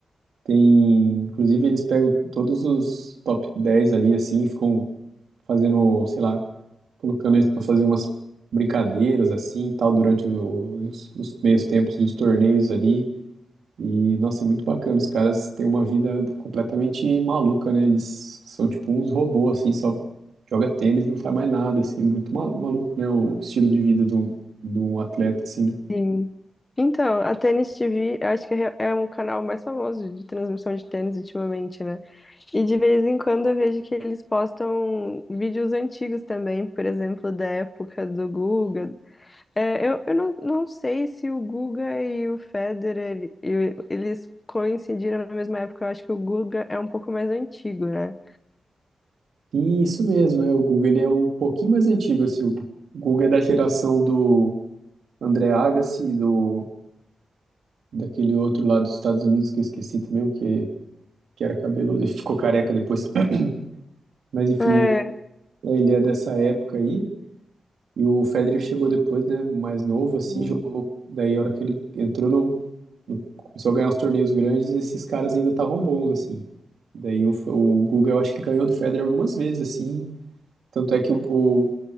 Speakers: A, on the right; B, on the left.
A: Tem, inclusive eles pegam todos os top 10 ali assim, e ficam fazendo, sei lá, colocando eles para fazer umas brincadeiras assim, e tal durante o- os, os meios tempos dos torneios ali. E, nossa, é muito bacana. Os caras têm uma vida completamente maluca, né? Eles são tipo uns robôs, assim, só joga tênis, não faz mais nada, assim. É muito ma- maluco, né? O estilo de vida do, do atleta, assim. né?
B: Sim. Então, a Tênis TV, eu acho que é é um canal mais famoso de transmissão de tênis ultimamente, né? E de vez em quando eu vejo que eles postam vídeos antigos também, por exemplo, da época do Guga, É, eu, eu não, não sei se o Guga e o Federer e- eles coincidiram na mesma época. Eu acho que o Guga é um pouco mais antigo, né?
A: E isso mesmo, é. O Guga, ele é um pouquinho mais antigo, assim. O Guga é da geração do André Agassi, do, daquele outro lá dos Estados Unidos, que eu esqueci também, o que, que era cabeludo e ficou careca depois. <clears throat> Mas, enfim,
B: É,
A: ele ele é dessa época aí. E o Federer chegou depois, né, mais novo, assim,
B: Hum.
A: jogou. Daí, a hora que ele entrou no, no- começou a ganhar os torneios grandes, esses caras ainda estavam bons, assim. Daí, o, o Guga, eu acho que ganhou do Federer algumas vezes, assim. Tanto é que o, o-